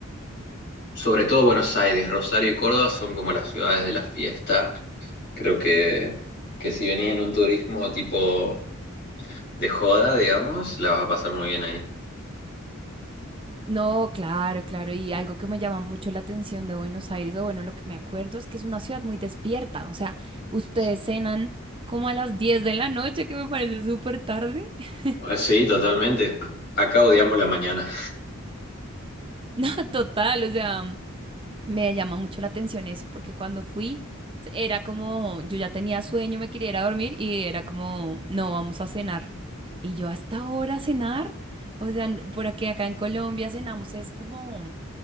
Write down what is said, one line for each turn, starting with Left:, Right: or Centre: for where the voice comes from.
Left: sobre todo Buenos Aires, Rosario y Córdoba son como las ciudades de la fiesta. Creo que, que si venís en un turismo tipo de joda, digamos, la vas a pasar muy bien ahí.
Right: No, claro, claro. Y algo que me llama mucho la atención de Buenos Aires, o bueno, lo que me acuerdo es que es una ciudad muy despierta. O sea, ustedes
Left: Sí,
Right: cenan como a las 10 de la noche, que me parece súper tarde. <laughs>
Left: Eh, sí, totalmente. Acá odiamos la mañana.
Right: No, total, o sea, me llama mucho la atención eso, porque cuando fui era como, yo ya tenía sueño, me quería ir a dormir y era como, no, vamos a cenar. Y yo hasta ahora cenar, o sea, n- por aquí acá en Colombia cenamos es como,